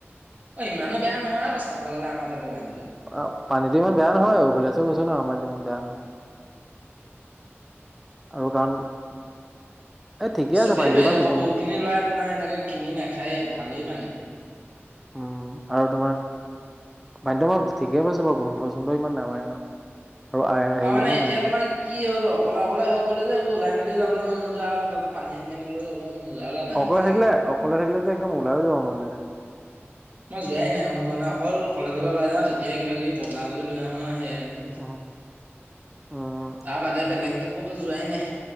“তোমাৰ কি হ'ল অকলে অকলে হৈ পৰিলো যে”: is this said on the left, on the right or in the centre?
Right